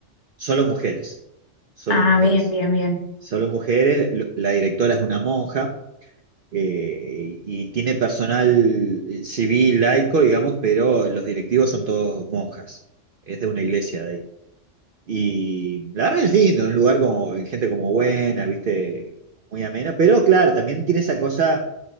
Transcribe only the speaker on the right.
solo mujeres, solo
mujeres,
solo mujeres, lo- la directora es una monja. eh, y y tiene personal eh, civil, laico, digamos, pero los directivos son todos monjas. Es de una iglesia de ahí. Y la verdad es lindo, un lugar como gente como buena, viste, muy ameno, pero claro, también tiene esa cosa,